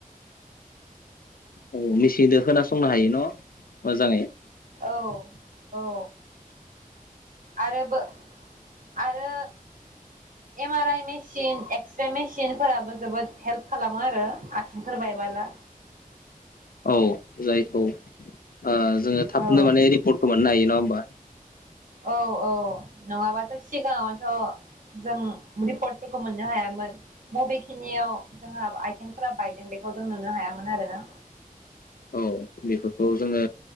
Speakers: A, on the left; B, on the right.
A: औ मेसिंदो खोनासंनो हायो न' मोजाङै
B: औ औ आरो बो आरो M R I machine x-ray मेसिनफोराबो जोबोद हेल्प खालामो आरो आथिंफोर बायबाला
A: औ जायखौ ओ जोङो थाबनो
B: औ
A: माने रिपर्टखौ मोननो हायो नङा होमबा?
B: औ औ नङाबाथ' सिगाङावथ' जों रिपर्टफोरखौ मोननो हायामोन। बबेखिनियाव जोंहा आइ थिंफोरा बायदों बेखौ जों नुनो हायामोन आरोना
A: औ बेफोरखौ जोङो